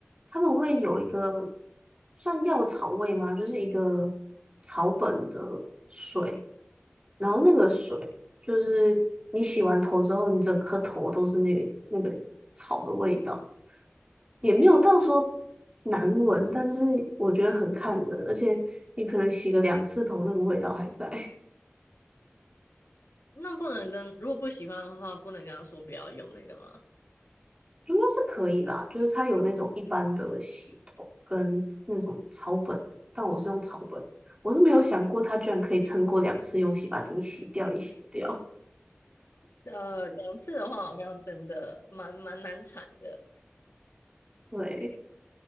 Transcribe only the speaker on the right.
他们会有一个算药草味吗？就是一个草本的水，然后那个水就是你洗完头之后，你整颗头都是那个那个草的味道，也没有到说难闻，但是我觉得很看人，而且你可能洗个两次头，那个味道还在。<laughs>
应该是可以啦，就是它有那种一般的洗头跟那种草本的但我是用草本的我是没有想过它居然可以撑过两次用洗发精洗掉也洗不掉。
对，